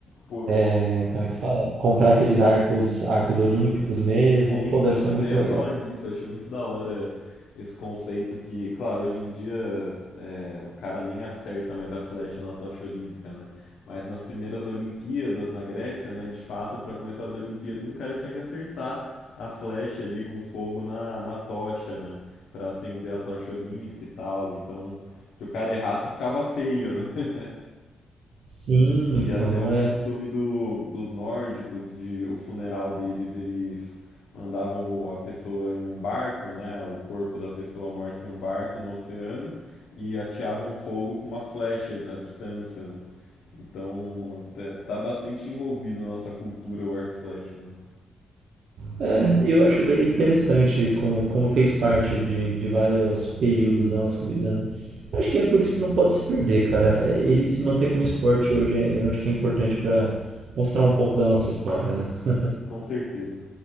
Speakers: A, on the left; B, on the right.
A: <laughs> Pô,
B: é, como é que fala? Comprar aqueles arcos, arcos olímpicos mesmo.
A: é,
B: Pô,
A: então,
B: deve ser
A: eu até
B: muito
A: ia
B: legal.
A: falar disso, acho muito da hora esse conceito que, claro, hoje em dia é, o cara nem acerta mais a flecha na tocha olímpica, né? Mas nas primeiras Olimpíadas na Grécia, né, de fato, pra começar as Olimpíadas, o cara tinha que acertar a flecha ali com fogo na, na tocha, né? Pra acender a tocha olímpica e tal. Então, se o cara errasse, ficava feio, né?
B: Sim,
A: E
B: então
A: até um
B: é.
A: costume do, dos nórdicos de o funeral deles, eles mandavam a pessoa em um barco, né, o corpo da pessoa morta em um barco no oceano e ateavam fogo com uma flecha à distância, né? Então, tá- tá bastante envolvido na nossa cultura o arco e flecha, né?
B: É, e eu acho bem interessante como, como fez parte de, de vários períodos da nossa vida, né? Acho que é por isso que não pode se perder, cara. É, Ele se manter como esporte hoje, é, eu acho que é importante para mostrar um pouco da nossa história, né?
A: Com certeza.